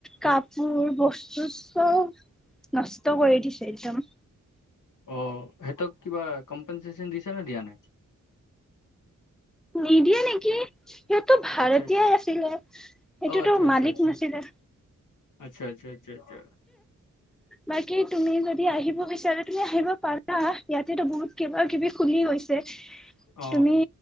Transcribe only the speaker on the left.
অ সিহঁতক কিবা কম্পেনচচন দিছে নে দিয়া নাই?
আচ্ছা আচ্ছা
অ আচ্ছা
আচ্ছা আচ্ছা
আচ্ছা আচ্ছা আচ্ছা আচ্ছা
অ